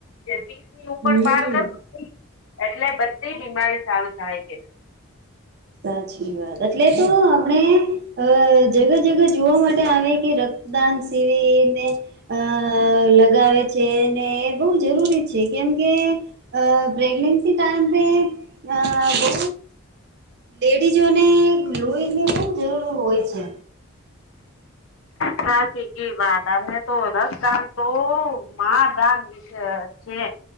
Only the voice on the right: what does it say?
હમ
સાચી વાત એટલે તો આપણે અહ જગ જગ્યા જોવા માટે આવે કે ર દાન શિબિર ને અહ લગાવે છે ને બવું જરૂરી છે કેમકે અહ પ્રેગસી ટાઈમે અહ બઉ લેડીઝોને લુંહીની બહ જરૂર હોય છે